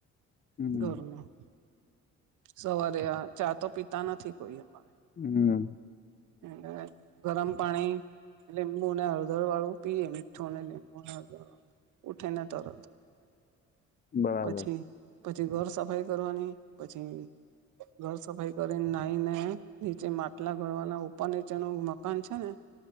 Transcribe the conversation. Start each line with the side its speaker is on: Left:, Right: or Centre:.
Left: હમ
Right: ઘરમાં સવારે આ ચા તો પીતા નથી કોઈ અમા
Left: હમ
Right: <unintelligible> ગરમ પાણી લીંબુ ને હળદર વાળું પીએ મીઠુંને લીંબુને હળદર વાળું ઉઠીને તરત
Left: બરાબર
Right: પછી પછી ઘર સફાઈ કરવાની પછી ઘર સફાઈ કરીને નાઈ ને નીચે માટલા ગળવાના અને જેનુ મકાન છે ને